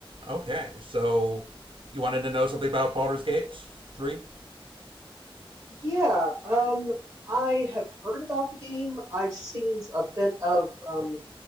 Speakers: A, on the right; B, on the right.
A: Okay, so you wanted to know something about Baldur's Gate 3?
B: Yeah, um, I have heard about the game. I've seen a bit of um,